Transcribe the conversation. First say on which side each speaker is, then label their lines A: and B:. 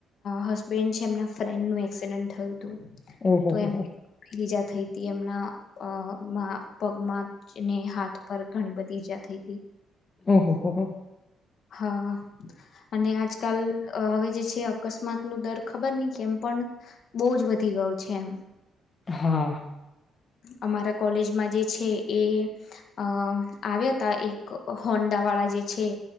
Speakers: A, on the left (about 60°); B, on the left (about 35°).
A: હસબેન્ડ છે એમ ફ્રેન્ડનું એક્સિડન્ટ થયું તુ.
B: ઓહો
A: તો
B: હો
A: એમની
B: હો
A: પીલીજા થઈ તી એમના અ મા પગમાં છેને હાથ પર ઘણી બધી ઈજા થઈ તી.
B: ઓહ હોહ.
A: હા. અને આજકાલ હવે જે છે અકસ્માત ન દર ખબર નહી કે એમ પણ, બહુ જ વધી ગયો છે એમ.
B: હા.
A: અમારા કોલેજમાં જે છે એ, અ આવ્યા હતા એક હોન્ડા વાળા જે છે